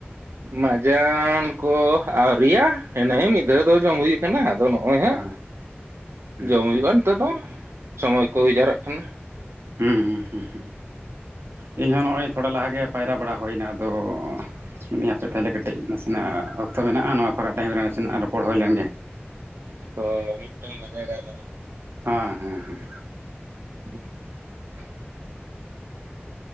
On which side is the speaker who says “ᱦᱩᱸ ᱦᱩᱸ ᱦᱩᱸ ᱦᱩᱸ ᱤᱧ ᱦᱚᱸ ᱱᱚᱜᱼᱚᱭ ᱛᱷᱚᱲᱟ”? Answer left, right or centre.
Right